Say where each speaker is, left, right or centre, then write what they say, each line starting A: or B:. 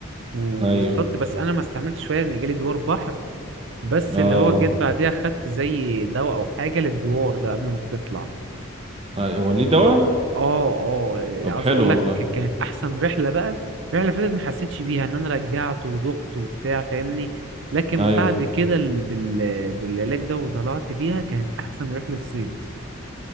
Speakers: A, on the right; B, on the right.
A: واصطدت
B: ايوه
A: بس انا ما استعملتش شويه ان جالي دوار بحر بس
B: اه
A: اللي هو جيت بعديها خدت زي دواء او حاجه للدوار ده قبل ما بتطلع
B: أيوة. هو ليه دواء
A: اه اه
B: طب
A: عاوز
B: حلو
A: اقول
B: والله
A: لك كانت احسن رحله بقى الرحله اللي فاتت ما حسيتش بيها ان انا رجعت ودخت وبتاع فاهمني لكن
B: ايوه
A: بعد كده ال- بال... بالعلاج ده وطلعت بيها كانت احسن رحله صيد